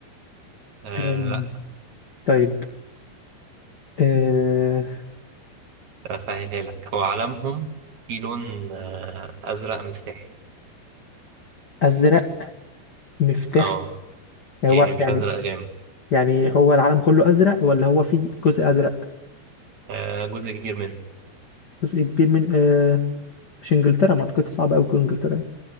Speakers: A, on the right; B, on the left.
A: آه
B: آم،
A: لا
B: طيب آه،
A: اسهلها لك هو علمهم في لون آه ازرق مفتاحي
B: أزرق مفتاح
A: اه
B: يعني
A: يعني
B: هو
A: مش
B: يعني
A: ازرق غامق
B: يعني هو العالم كله أزرق ولا هو في جزء أزرق
A: آه جزء كبير منه
B: جزء كبير من آه، مش انجلترا ما اعتقدش صعب قوي تكون انجلترا يعني.